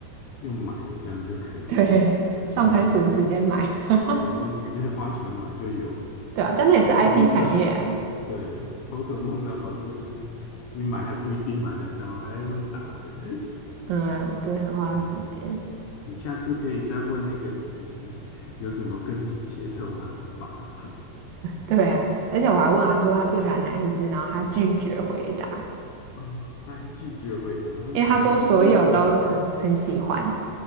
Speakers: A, on the left; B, on the right.
A: 用买的这样就可以了。
B: 对，<laughs> 上班族直接买，
A: 对
B: <laughs>
A: 对，就直接花钱买就有了。
B: 对啊，但那也是
A: 宝可梦的，
B: IP 产业啊。
A: 对，宝可梦的好处是，你买还不一定买得到，还要用打的。<laughs>
B: 嗯，对，很花时间。
A: 嗯，你下次可以再问那个弟弟有什么更进阶的玩法。<laughs>
B: 对啊，而且我还问他说他最喜欢哪一只，然后他拒绝回答，
A: 哦，他还拒绝回答，为什么这是秘密？
B: 因为他说所有都很很喜欢。